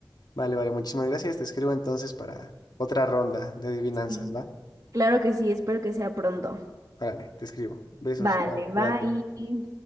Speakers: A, on the left (about 75°); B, on the right (about 50°).
A: Vale, vale, muchísimas gracias. Te escribo entonces para otra ronda de adivinanzas,
B: Sí.
A: ¿va?
B: Claro que sí, espero que sea pronto.
A: Órale, te escribo. Besos,
B: Vale,
A: bye,
B: bye.
A: cuídate.